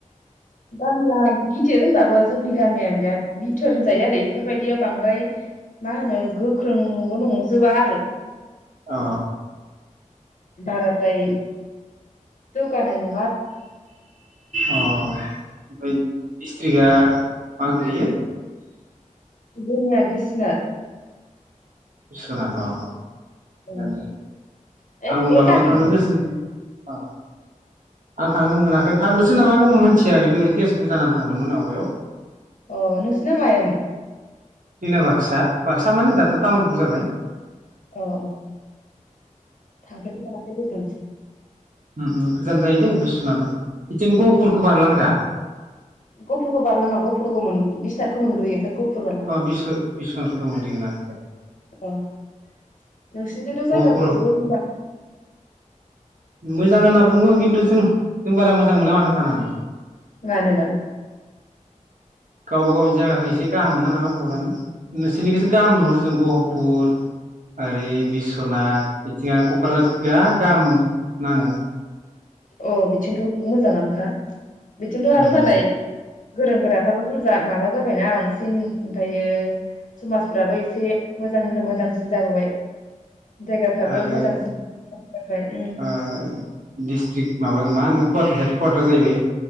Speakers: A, on the left; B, on the right.
A: गामिया गिदिर होनबाबो जोंनि गामिया बिराद बिथोर होनजायो आरो इफोरबायदियाव बांद्राय मा होनो गोख्रोंबो नंजोबा आरो
B: अ
A: बाराद्राय जौगानाय नं
B: अ ओमफाय दिसथ्रिगा मा गोलैयो
A: जोंनिया बिसनाथ
B: बिस्वनाथ‌ अ अ थिगानो
A: ओं
B: दे।
A: एखे
B: आंबो मालाबा
A: गामि
B: थांनो गोसो जायो आं थांनो मोनाखै थांनोसो नामा मिथिया खिन्थु ओरै तेजपुर जानानै थांदोंमोन आवगायाव
A: अ नोंसोरना मायावमोन?
B: जोंना बाक्सा बाक्सा माने दाथ' तामुलपुर जाबाय।
A: औ थांफेरनो मोनाखै दे दस <unintelligible>
B: उम उम गोजान जायो दे बिस्वनाथा बिथिं गहपुरखौ बारलाङो दा
A: गहफुरफोरखौ बारलाङा गहफुरखौ मोन बिस्वनाथखौ मोनग्रोयो ओमफ्राय गहफुर बारलाङो।
B: अ बिस्व बिस्वनाथखौ मोनहैगोन आदसा
A: औ <unintelligible> नोंसोरथिथ जायगा
B: गहपुर
A: <unintelligible>
B: मोजां होनना बुङो खिन्थु जों जों बारा मोजां मोना माथो थानानै।
A: मानोबा
B: गावबा गावनि जायगाखौ एसे गाहाम मोना नामा बहतानो नोंसोरनिखौसो गाहाम नुहरो जों गह पुर ओरै बिस्वनाथ बिथिं आरो क'क्राझार बिराद गाहाम नाङो।
A: अ बिथिंथ' मोजाङानोखा। बिथिंथ' आरो
B: उम
A: मालाय गोरों गोराफ्राबो बुरजा माबा जाबायना बांसिन ओमफ्रायो समाजफोराबो एसे मोजांनिफ्राय मोजांसिन जाबोबाय। जायगाफ्राबो
B: आरो
A: मोजांसिन जाबाय उम
B: ओ डिस्ट्रिक माबा मा होन कुवाट हेड कवाटार जाहैबाय।